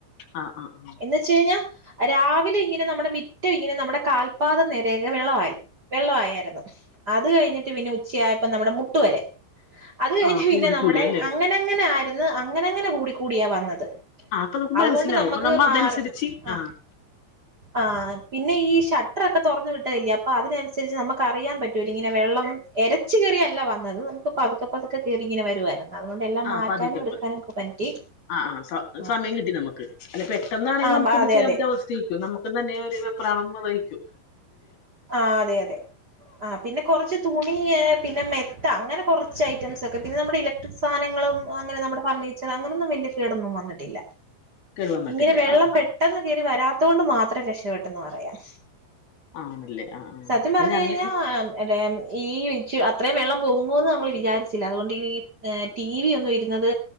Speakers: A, on the left; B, on the right.
A: ആഹ് ആഹ് ആഹ്
B: എന്നുവെച്ച് കഴിഞ്ഞാൽ രാവിലെ ഇങ്ങനെ നമ്മുടെ മിറ്റം ഇങ്ങനെ നമ്മുടെ കാൽപാദം നേരെ വെള്ളമായി വെള്ളമായിരുന്നു അത് കഴിഞ്ഞിട്ട് പിന്നെ ഉച്ചയായപ്പോ നമ്മുടെ മുട്ട് വരെ അത് കഴിഞ്ഞു
A: ആഹ്
B: പിന്നെ
A: കൂടി
B: നമ്മുടെ
A: കൂടി അല്ലേ
B: അങ്ങനെ അങ്ങനെ ആരുന്നു അങ്ങനെ അങ്ങനെ കൂടി കൂടിയാ വന്നത്
A: അപ്പൊ നമുക്ക്
B: അതുകൊണ്ട്
A: മനസ്സിലാവും
B: നമുക്ക്
A: നമ്മ
B: മാറി
A: അതനുസരിച്ച്
B: ആ
A: ആഹ്
B: ആ പിന്നെ ഈ ഷട്ടറൊക്കെ തുറന്നു വിട്ടതല്ലേ അപ്പൊ അതിനനുസരിച്ച് നമുക്ക് അറിയാ പറ്റൂലെ ഇങ്ങനെ വെള്ളം എരച്ച് കയ ല്ല വന്നത് നമുക്ക് പതുക്കെ പതുക്കെ കേറി ഇങ്ങനെ വരുവായിരുന്നു അതുകൊണ്ട് എല്ലാം
A: ആ
B: മാറ്റാനും
A: പത്ക്കെ
B: എടുക്കാനൊക്കെ
A: പത്ക്കെ
B: പറ്റി
A: ആ ആ
B: ആഹ്
A: സമയം കിട്ടി നമുക്ക് അല്ല പെട്ടെന്നാണെങ്കി
B: ആഹ്
A: നമുക്ക് ഒന്നും
B: അതെ
A: ചെയ്യാൻ
B: അതെ
A: പറ്റാത്ത അവസ്ഥയ്രിക്കും നമുക്കും തന്നെ ഒരു വെപ്രാളം വന്നിരിക്കും
B: ആ അതെ അതെ ആ പിന്നെ കുറച്ച് തുണി പിന്നെ മെത്ത അങ്ങനെ കുറച്ച് ഐറ്റംസ് ഒക്കെ പിന്നെ നമ്മുടെ ഇലക്ട്രിക് സാനങ്ങളും അങ്ങന നമ്മടെ ഫർണിച്ചർ അങ്ങനൊന്നും വല്യ കേടൊന്നും വന്നിട്ടില്ല
A: കേടുവന്നിട്ടില്ല
B: ഇങ്ങനെ വെള്ളം
A: ആഹ്
B: പെട്ടെന്ന് കേറി വരാത്തത് കൊണ്ട് മാത്രം രക്ഷപ്പെട്ടെന്ന് പറയാം
A: ആണല്ലേ ആഹ് ആഹ്
B: സത്യം
A: പക്ഷെ
B: പറഞ്ഞു
A: ഞങ്ങ
B: കഴിഞ്ഞാൽ എ ഈ വിച്ചു അത്രയും വെള്ളം പൊങ്ങൂന്ന് നമ്മൾ വിചാരിച്ചില്ല അതുകൊണ്ട് ഈ ടി വി യൊന്നും ഇരുന്നത്